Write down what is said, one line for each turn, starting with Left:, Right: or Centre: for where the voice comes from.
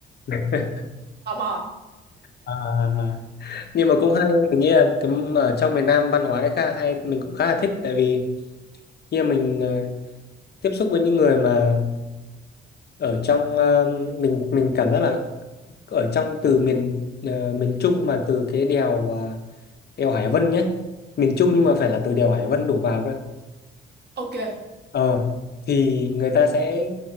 Left: <laughs>
Right: tò mò
Left: À, nhưng mà cũng hay mình nghĩ là cái, ở trong miền Nam văn hóa đấy khá hay mình cũng khá là thích tại vì khi mà mình ờ, tiếp xúc với những người mà ở trong ờ, mình mình cảm giác là ở trong từ miền ờ, miền Trung mà từ cái đèo à, đèo Hải Vân nhé miền Trung nhưng mà phải là từ đèo Hải Vân đổ vào cơ
Right: ok
Left: ờ thì người ta sẽ